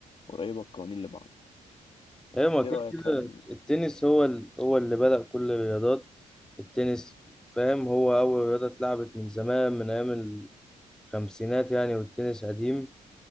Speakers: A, on the left; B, in the centre.
A: قريبة القوانين لبعض
B: أيوة ما
A: ايه
B: كده
A: رأيك
B: كده
A: هل
B: التنس هو ال... هو اللي بدأ كل الرياضات التنس فاهم هو أول رياضة اتلعبت من زمان من أيام الخمسينات يعني والتنس قديم